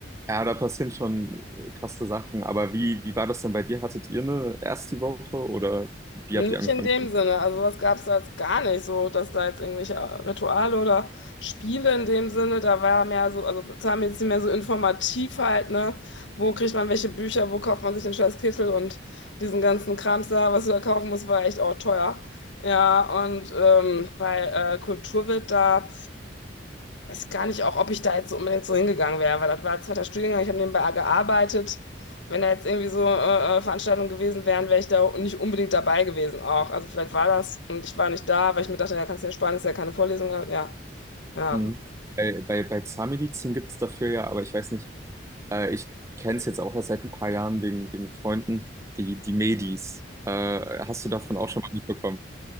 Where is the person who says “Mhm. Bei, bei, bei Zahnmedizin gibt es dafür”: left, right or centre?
Right